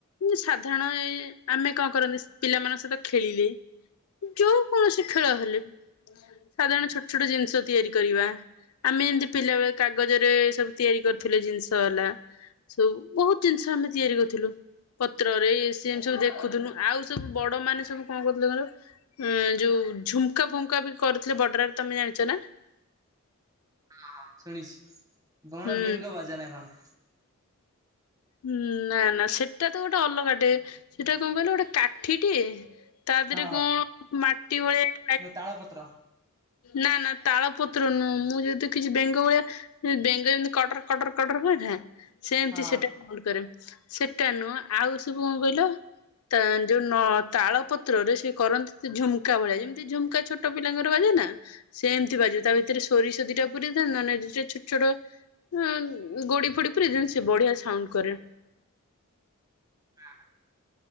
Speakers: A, on the left (about 80°); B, on the right (about 15°).
A: ସାଧାରଣ ଏ ଆମେ କଣ କରନ୍ତି ପିଲାମାନଙ୍କ ସହିତ ଖେଳିଲେ। ଯୋଉ କୌଣସି ଖେଳ ହେଲେ ସାଧାରଣ ଛୋଟ ଛୋଟ ଜିନିଷ ତିଆରି କରିବା। ଆମେ ଯେମିତି ପିଲା ବେଳେ କାଗଜରେ ସବୁ ତିଆରି କରୁଥିଲେ ଜିନିଷ ହେଲା। ସବୁ ବହୁତ ଜିନିଷ ଆମେ ତିଆରି କରିଥିଲୁ। ପତ୍ରରେ ସେ ଏମ ସବୁ ଦେଖୁଥିଲୁ ଆଉ ସବୁ ବଡ ମାନେ ସବୁ କଣ କରୁଥିଲେ କହିଲ ହଁ ଯୋଉ ଝୁମ୍କା ଫୁମ୍କା ବି କରୁଥିଲେ ବଡରରେ ତମେ ଜାଣିଛ ନା?
B: ହଁ ଶୁଣିଛି କଣ
A: ହୁଁ
B: ବେଙ୍ଗ ବାଜା ନା କଣ?
A: ହୁଁ ନା ନା ସେଟା ତ ଗୋଟେ ଅଲଗା ଟେ ସେଟା କଣ କହିଲ ଗୋଟେ କାଠି ଟେ ତା ଦେହରେ
B: ହଁ
A: କଣ ମାଟି ଭଳିଆ ଥାଏ
B: ତାଳପତ୍ର
A: ନା ନା ତାଳପତ୍ର ନୁହଁ ମୁଁ ଯେଉ ଦେଖିଛି ବେଙ୍ଗ ଭଳିଆ ବେଙ୍ଗ ଯେମିତି କଟର କଟର କଟର ହୁଏ ନା ସେମିତି
B: ହଁ।
A: ସେଟା ଭଲ କରେ ସେଟା ନୁହଁ ଆଉ ସବୁ କଣ କହିଲ ତ ଯୋଉ ତାଳ ପତ୍ରରେ ସେ କରନ୍ତି ସେ ଝୁମ୍କା ଭଳିଆ। ଯେମିତି ଝୁମ୍କା ଛୋଟ ପିଲା ଙ୍କର ବାଜେ ନା ସେମିତି ବାଜେ ତା ଭିତରେ ସୋରିଷ ଦିଟା ପୁରେଇ ଦେବେ ନହେଲେ ଛୋଟ ଛୋଟ ଉ ଗୋଡି ଫୋଡି ପୁରେଇ ଦିଅନ୍ତି ସେ ବଢିଆ ସାଉଣ୍ଡ କରେ।
B: ହଁ ହଁ